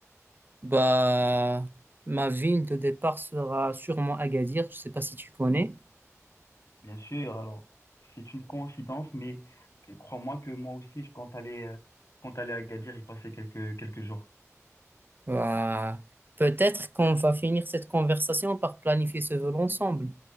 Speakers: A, on the right (about 40°); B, on the left (about 65°).
A: Bah, ma ville de départ sera sûrement Agadir. Je sais pas si tu connais.
B: Bien sûr, alors c'est une coïncidence, mais crois-moi que moi aussi, je compte aller, euh, compte aller à Agadir y passer quelques, quelques jours.
A: Bah, peut-être qu'on va finir cette conversation par planifier ce vol ensemble.